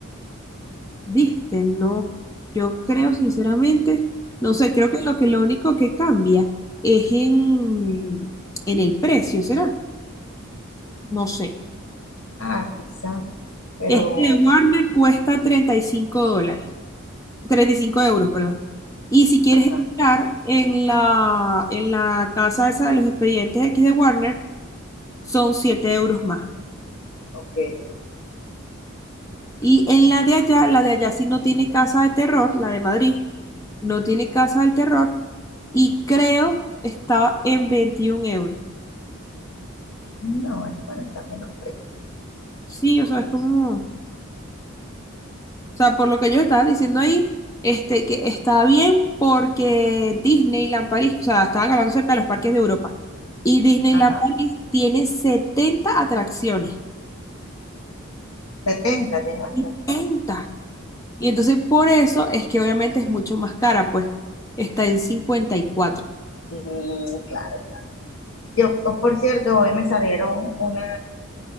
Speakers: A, on the left (about 15°); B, on the left (about 80°).
A: Viste, no. Yo creo sinceramente, no sé, creo que lo que lo único que cambia es en, en el precio, ¿será? No sé.
B: Ah, quizá, pero,
A: Este Warner cuesta 35 dólares, 35 euros, perdón. Y si quieres
B: ajá,
A: entrar en la, en la casa esa de los expedientes X de Warner, son 7 euros más.
B: ok.
A: Y en la de allá, la de allá sí no tiene casa de terror, la de Madrid, no tiene casa del terror y creo estaba en 21 euros.
B: No, es bueno, está menos precio.
A: Sí, o sea, es como, o sea, por lo que ellos estaban diciendo ahí, este, que está bien porque Disneyland París, o sea, estaban hablando cerca de los parques de Europa y Disneyland
B: Ajá,
A: París tiene 70 atracciones,
B: 70 tiene bastante.
A: 70. Y entonces por eso es que obviamente es mucho más cara, pues está en 54.
B: Mm, claro, claro. Yo, oh, por cierto, hoy me salieron una